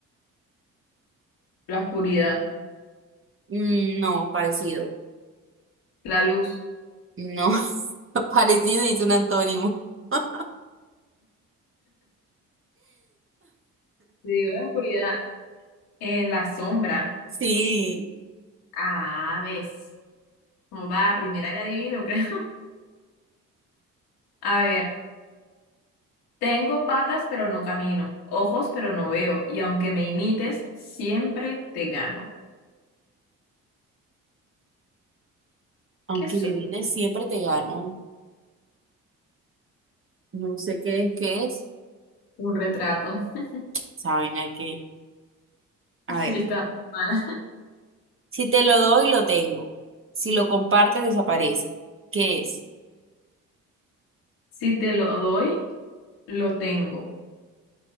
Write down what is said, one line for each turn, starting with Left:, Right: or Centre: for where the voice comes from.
Left: La oscuridad,
Right: Mm, no, parecido.
Left: la luz.
Right: No, <laughs> parecido y es un antónimo. <laughs>
Left: Te digo la oscuridad, eh, la sombra.
Right: Sí,
Left: Ah, ves. No va, primera que adivino, creo. <laughs> A ver, tengo patas pero no camino, ojos pero no veo, y aunque me imites, siempre te gano.
Right: aunque
Left: ¿Qué soy?
Right: viviste siempre te gano. No sé qué es, qué es.
Left: Un retrato. <laughs>
Right: Saben, hay que. A ver.
Left: Si está mala.
Right: Si te lo doy, lo tengo. Si lo compartes, desaparece. ¿Qué es?
Left: Si te lo doy, lo tengo.